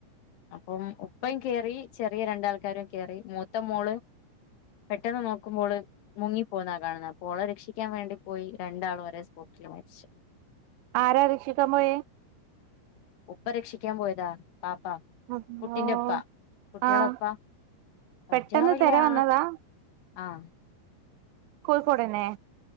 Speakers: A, on the left; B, on the right.
A: അപ്പം ഉപ്പെ <unintelligible> കേറി. ചെറിയ രണ്ടാൾക്കാരും കേറി മൂത്ത മോള് പെട്ടെന്ന് നോക്കുമ്പോ ഓള് മുങ്ങിപ്പോവുന്ന കാണുന്നത്. അപ്പോ ഓളെ രക്ഷിക്കാൻ വേണ്ടി പോയി രണ്ടാളും ഒരെ സ്പോട്ടില് മരിച്ച്.
B: ആരാ രക്ഷിക്കാൻ പോയേ.
A: ഉപ്പ രക്ഷിക്കാൻ പോയതാ ബാപ്പാ
B: അള്ളോ
A: കുട്ടിന്റെ ഉപ്പാ കുട്ടികളുടെ
B: ആഹ്
A: ഉപ്പാ <unintelligible>
B: പെട്ടെന്ന് തെര
A: ആ
B: വന്നതാ
A: ആഹ്
B: കോഴിക്കോട് തന്നേ